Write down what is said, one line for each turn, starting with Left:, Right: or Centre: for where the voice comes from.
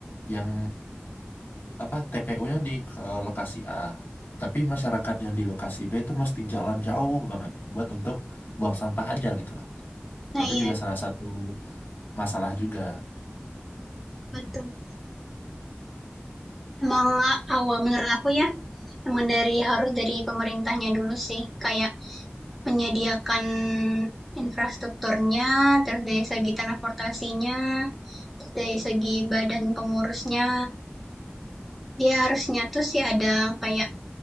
Left: yang apa TPU-nya di ke lokasi A, tapi masyarakat yang di lokasi B itu mesti jalan jauh banget buat untuk buang sampah aja gitu lah.
Centre: Nah
Left: Itu
Centre: iya
Left: juga salah satu masalah juga.
Centre: betul. Emang awal menurut aku ya, emang dari harus dari pemerintahnya dulu sih, kayak menyediakan infrastrukturnya, terus dari segi transportasinya, terus dari segi badan pengurusnya, dia harusnya tuh sih ada kayak